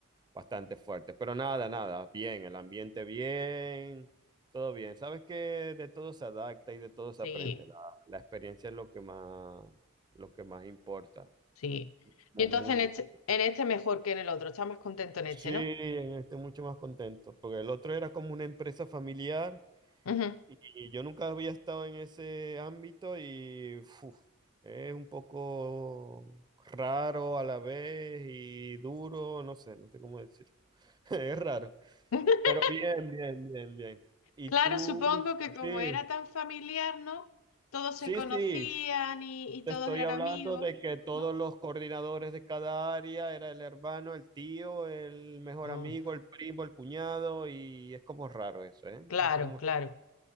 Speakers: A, on the right; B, on the left.
A: bastante fuerte. Pero nada, nada, bien, el ambiente bien, todo bien. Sabes que de todo se adapta y de todo se
B: sí,
A: aprende. La, la experiencia es lo que más, lo que más importa.
B: sí.
A: Muy,
B: Y entonces
A: muy
B: en
A: bien.
B: este, en este mejor que en el otro, estás más contento en
A: Sí,
B: este, ¿no?
A: en este mucho más contento, porque el otro era como una empresa familiar
B: Ujú.
A: y, y yo nunca había estado en ese ámbito y uf, es un poco raro a la vez y duro, no sé, no sé cómo decir. <laughs> Es raro.
B: <laughs>
A: Pero bien, bien, bien, bien. Y
B: Claro,
A: tú,
B: supongo que como
A: sí,
B: era tan familiar, ¿no? Todos
A: sí,
B: se conocían
A: sí,
B: y, y
A: te
B: todos
A: estoy
B: eran
A: hablando
B: amigos,
A: de que todos
B: ¿no?
A: los coordinadores de cada área era el hermano, el tío, el mejor
B: Mm.
A: amigo, el primo, el cuñado, y es como raro eso, ¿eh?
B: Claro,
A: Es Como,
B: claro.